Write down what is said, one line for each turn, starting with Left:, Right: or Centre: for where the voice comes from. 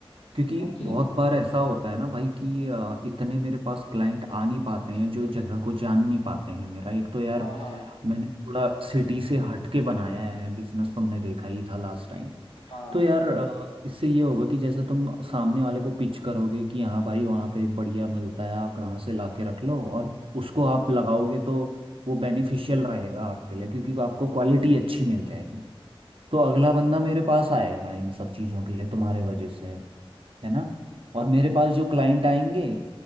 Right: क्योंकि
Left: है कि
Right: बहुत
Left: नहीं
Right: बार ऐसा होता है ना भाई कि अ, इतने मेरे पास क्लाइंट आ नहीं पाते हैं जो जगह को जान नहीं पाते हैं मेरा एक तो यार
Left: हाँ हाँ
Right: मैंने थोड़ा सिटी से हट के बनाया है बिजनेस तुमने देखा ही था लास्ट टाइम
Left: हाँ
Right: तो यार अ, इससे ये होगा कि जैसे तुम सामने वाले को पिच करोगे कि हाँ भाई वहाँ पे बढ़िया मिलता है आप वहाँ से लाके रख लो और उसको आप लगाओगे तो वो बेनिफिशियल रहेगा आपके लिए क्योंकि आपको क्वालिटी अच्छी मिल जाएगी तो अगला बंदा मेरे पास आएगा इन सब चीज़ों के लिए तुम्हारे वजह से है ना और मेरे पास जो क्लाइंट आएंगे